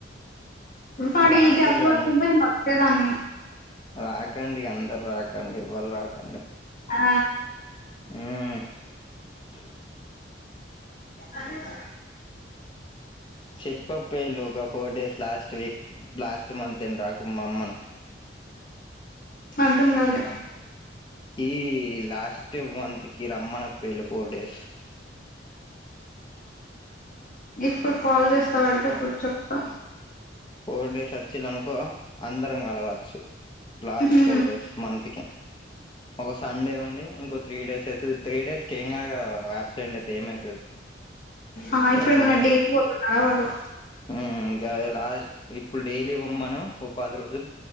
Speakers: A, on the left (about 45°); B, on the left (about 25°).
A: వాడు
B: రాకులు
A: ఈ గ్యాప్ లో వచ్చింటే నేను వచ్చేదాన్ని
B: రాకండి అందరు రాకండి ఎవ్వలు రాకండి
A: ఆ
B: హు
A: అదీప
B: చెప్పు అబ్బా ఈ లోగప్ four days last week last month ఏం రాకు మా అమ్మను
A: అర్ధం కాలే
B: ఈ లాస్ట్ మంత్ కి రమ్మన పోయిలు ఫోర్ డేస్
A: ఇప్పుడు కాల్ చేస్తా వరకి అప్పుడు చెప్తా
B: ఫోర్ డేస్ వచ్చిలానుకో అందరం కలవచ్చు లాస్ట్
A: ఉహు
B: ఫోర్ డేస్ మంత్ కి ఒక సండే ఉండి ఇంకో త్రీ డేస్ అయితది త్రీ డేస్ కి ఏం కాదు ఆ ఆబ్సెంట్ అయితే ఏమయితది
A: ఆ ఇప్పుడు
B: ఏమ్మో
A: ఏమన్నా డేట్ పోతున్నాడా వాడు
B: ఉ గాదే లాస్ట్ ఇప్పుడు డైలీ వోమ్మను ఒక పది రోజులు